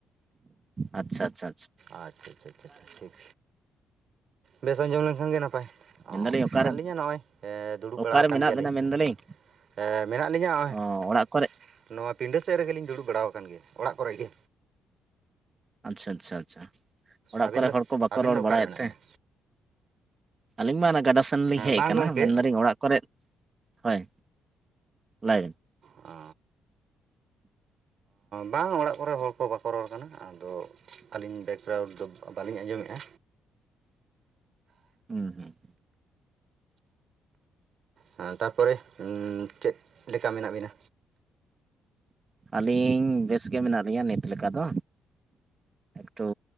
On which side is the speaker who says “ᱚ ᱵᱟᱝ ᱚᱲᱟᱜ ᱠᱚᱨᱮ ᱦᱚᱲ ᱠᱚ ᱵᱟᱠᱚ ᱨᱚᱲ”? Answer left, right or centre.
Right